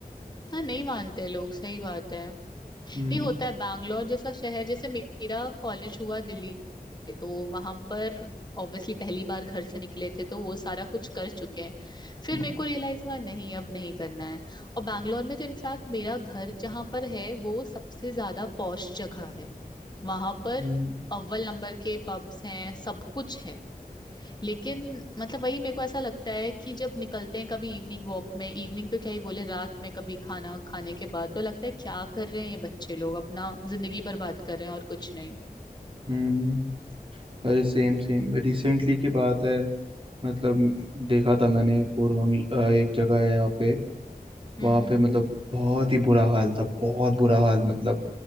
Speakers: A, on the left (about 25°); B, on the right (about 35°).
A: हाँ नहीं मानते लोग सही बात है
B: हम्म
A: ये होता है बैंगलोर जैसा शहर जैसे मेरा कॉलेज हुआ दिल्ली से, तो वहां पर ऑब्वियसली पहली बार घर से निकले थे तो वो सारा कुछ कर चुके हैं फिर
B: हम्म
A: मेरे को रियलाइज हुआ नहीं अब नहीं करना है और बैंगलोर में तो इनफैक्ट मेरा घर जहां पर है वो सबसे ज्यादा पॉश जगह है वहां पर
B: हम्म
A: अव्वल नंबर के पब्स हैं सब कुछ है लेकिन मतलब वही मेरे को ऐसा लगता है कि जब निकलते हैं कभी इवनिंग वॉक में इवनिंग तो क्या ही बोले रात में कभी खाना खाने के बाद तो लगता है क्या कर रहे हैं ये बच्चे लोग अपना जिंदगी बर्बाद कर रहे हैं और कुछ नहीं
B: हम्म। अरे सेम सेम रिसेंटली की बात है मतलब देखा था मैंने कोरबंग अ, एक जगह है यहाँ पे
A: हम्म
B: वहां
A: हम्म
B: पे मतलब बहुत ही बुरा हाल था बहुत बुरा हाल मतलब